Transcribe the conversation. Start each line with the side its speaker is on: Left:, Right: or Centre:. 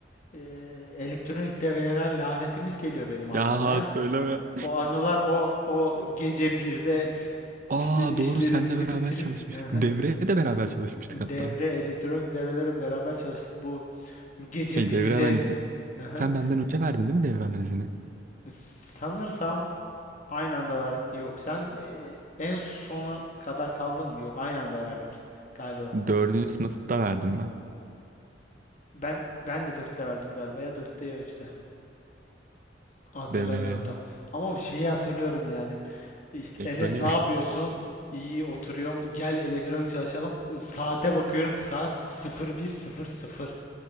Left: eee, elektronik devreler lanetimiz geliyor benim
Right: Ya
Left: aklıma ya.
Right: söyleme.
Left: O anılar o o gece birde
Right: Aa
Left: işte işlerimizi
Right: doğru senle beraber
Left: bitirip
Right: çalışmıştık.
Left: aha,
Right: Devreye de beraber çalışmıştık
Left: devre
Right: hatta.
Left: elektronik devrelere beraber çalıştık. Bu gece
Right: Şey
Left: birde
Right: devre analizi.
Left: aha,
Right: Sen benden önce verdin değil mi devre analizini?
Left: sanırsam aynı anda ver. Yok sen e, en sona kadar kaldın mı? Yok aynı anda verdik galiba.
Right: Dördüncü sınıfta verdim ben.
Left: Ben ben de dörtte verdim galiba ya dörtte ya üçte. Hatırlamıyorum
Right: Devreye ya.
Left: tam. Ama bir şeyi hatırlıyorum yani. İşte
Right: Elektroniğe.
Left: Enes ne yapıyorsun?
Right: <laughs>
Left: İyi oturuyorum. Gel elektronik çalışalım. Saate bakıyorum. Saat 01.00.